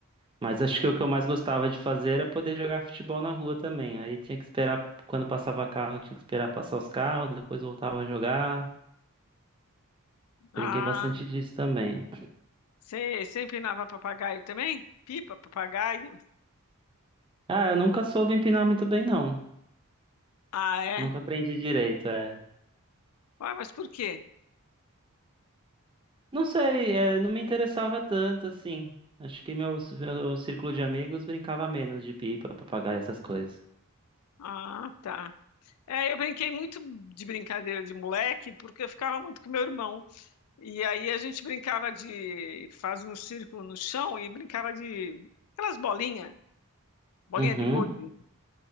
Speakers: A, on the right; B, on the left.
A: Mas acho que o que eu mais gostava de fazer era poder jogar futebol na rua também. Aí tinha que esperar, quando passava carro, tinha que esperar passar os carros, depois voltava a jogar.
B: Ah,
A: Brinquei bastante disso também.
B: você sempre empinava papagaio também? Pipa, papagaio?
A: Ah, eu nunca soube empinar muito bem, não.
B: Ah, é?
A: Nunca aprendi direito, é.
B: Ué, mas por quê?
A: Não sei, é, não me interessava tanto assim. Acho que meu, meu círculo de amigos brincava menos de pipa, papagaio, essas coisas.
B: Ah, tá. É, eu brinquei muito de brincadeira de moleque, porque eu ficava muito com meu irmão. E aí a gente brincava de... Fazia um círculo no chão e brincava de... Aquelas bolinhas. Bolinha
A: Uhum.
B: bolinha de gude.